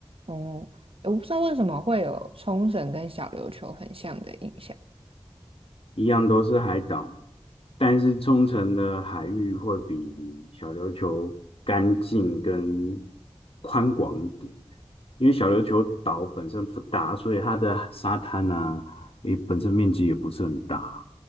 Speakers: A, on the right; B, on the left.
A: 嗯，我不知道为什么会有冲绳跟小琉球很像的印象。
B: 一样都是海岛，但是冲绳的海域会比小琉球干净跟宽广一点，因为小琉球岛本身不大，所以它的沙滩啊，也本身面积也不是很大。